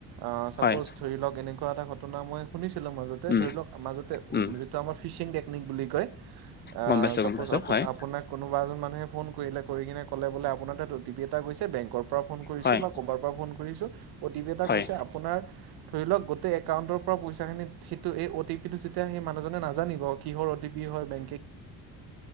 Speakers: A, on the right (about 75°); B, on the left (about 25°).
A: অ' চাপজ
B: হয়,
A: ধৰি লওক এনেকুৱা এটা ঘট মই শুনিছো ছিল মাজতে
B: উম,
A: ধৰি লওক মাজতে
B: উম,
A: যিটো আমাৰ ফিচিং টেকনিক বুলি কয় আহ
B: গম পাইছোঁ,
A: চাপজ
B: গম পাইছোঁ, হয়,
A: আপোনাক কোনোবা এজন মানুহে ফোন কৰিলে কৰি কিনে কলে বোলে আপোনাৰ ত এই বেং পৰা ফ কৰিছো
B: হয়,
A: বা ক'বাৰ পৰা ফোন কৰিছো অটিি এটাৈছে
B: হয়,
A: আপোনাৰ ধৰি লওক গোটেই একাউণ্টৰ পৰা পইচা খিনিত সেইটো এই অ টিটো যেতিয়া সেই মানুহজনে নাজানিব কিহৰ অটি পি হয়নে